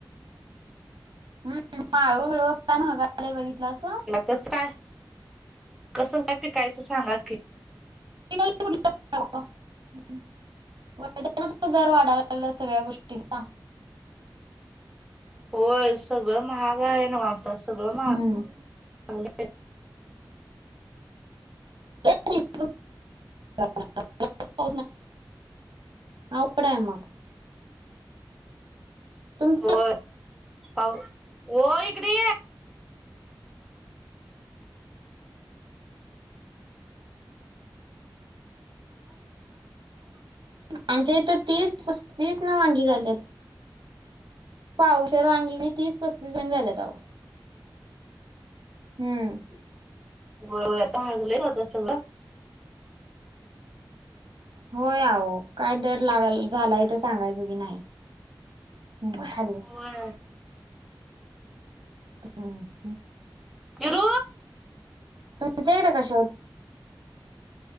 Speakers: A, on the right; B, in the centre.
A: हम् माळव बिळव काय महागाय लय बघितलासा?
B: तस काय कसं काय पिकायचं सांगा की?
A: <unintelligible> <inaudible> दर वाढायला लागलंय सगळ्या गोष्टीचा.
B: होय सगळं महाग हाय नव आता सगळं
A: हम्म
B: महाग <inaudible>
A: <unintelligible> <inaudible> अवघड हाय मग. तुम
B: होय पाव, ओ इकडे ये.
A: आमच्या इथं तीस तीस न वांगी झाल्यात. पावशेर वांगी तीस पस्तीस न झाल्यात आहो. हम्म.
B: व्हय महागलयच आता सगळं.
A: होय अहो काय दर लागल झालाय ते सांगायच बी नाय. हम् खाली बस
B: होय
A: हम्.
B: येरु
A: तुमच्या इकड काशी हायत?